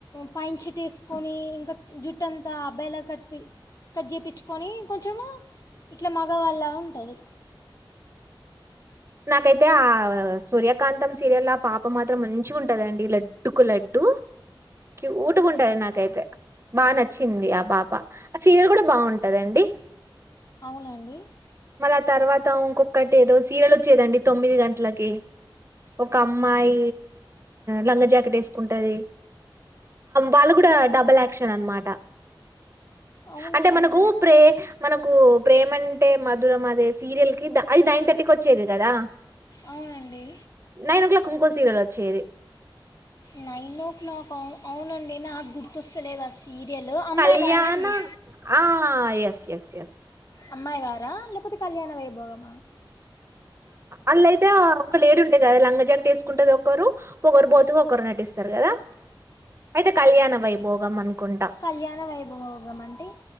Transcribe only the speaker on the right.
నాకైతే ఆ సూర్యకాంతం సీరియల్ ఆ పాప మాత్రం మంచిగా ఉంటందండి లడ్డుకు లడ్డు క్యూట్గా ఉంటంది నాకైతే బాగా నచ్చ వచ్చింది ఆ పాప ఆ సీరియల్ కూడా బాగుంటదండి
అ తర్వాత ఇంకొక్కటి ఏదో సిరియల్ వచ్చేదండి తొమ్మిది గంటలకి ఒక అమ్మాయి లంగ జాకెట్ వేసుకుంటది వాళ్ళ కూడా డబల్ యాక్షన్ అనమాట
అంటే
మనకు ఊపరే మనకు ప్రేమ అంటే మధురం అదే సీరియల్ కి అది నైన్ థర్టీకి వచ్చ చేదు కదా
నైన్ ఓ క్లాక్ ఇంకోసీరియల్ వచ్చేది
కళ్యాణ
ఆ ఎస్ ఎస్ ఎస్
అల్లయితే ఒక లేడ ఉంటాయి కదా లంగా జాక్ట్ వేసుకుంటది ఒకరు ఒొక్కరు బోతుకు ఒకరు నటిస్తారు కదా అయితే కళ్యాణ వైభోగం అనుకుంటా